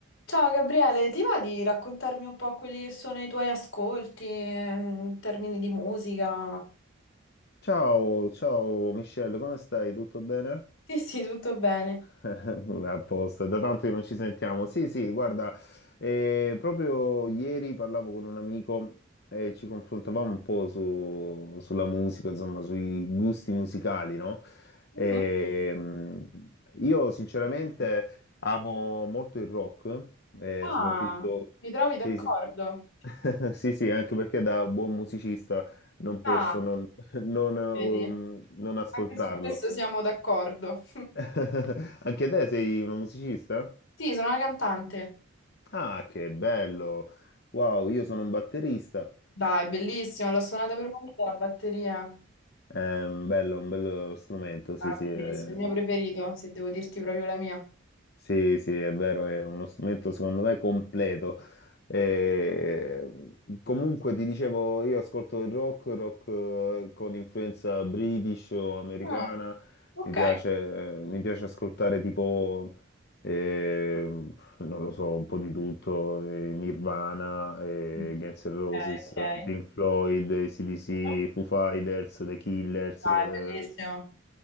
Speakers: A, on the left; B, on the left.
A: Ciao Gabriele, ti va di raccontarmi un po' quelli che sono i tuoi ascolti eh, in termini di musica?
B: Ciao, ciao Michelle, come stai? Tutto bene?
A: Sì, sì, tutto bene.
B: A posto, è da tanto che non ci sentiamo. Sì, sì, guarda, eh, proprio ieri parlavo con un amico e ci confrontavamo un po' su- sulla musica, insomma, sui gusti musicali, no?
A: Mhm.
B: E, mh, io sinceramente amo molto il rock, eh,
A: Ah,
B: soprattutto...
A: mi trovi d'accordo?
B: Sì, sì. <laughs> Sì, sì, anche perché da buon musicista non
A: Ah,
B: posso non, <laughs> non, um,
A: vedi,
B: non ascoltarlo.
A: anche su questo siamo d'accordo.
B: <laughs> Anche te sei un musicista?
A: Sì, sono una cantante.
B: Ah, che bello! Wow, io sono un batterista.
A: Dai, bellissimo, l'ho suonata per una volta la batteria.
B: È un bello, un bello strumento, sì,
A: Ah,
B: sì.
A: bellissimo,
B: eh.
A: il mio preferito, se devo dirti proprio la mia.
B: Sì, sì, è vero, è uno strumento secondo me completo. Eh, comunque ti dicevo, io ascolto il rock, rock eh, con influenza british o americana,
A: Ah, ok.
B: mi piace, eh, mi piace ascoltare tipo, eh, non lo so, un po' di tutto, eh, Nirvana, eh,
A: Mm,
B: Guns
A: Ok,
B: N' Roses,
A: ok.
B: Pink Floyd, AC/DC,
A: Mhm.
B: Foo Fighters, The Killers,
A: Dai,
B: eh,
A: bellissimo.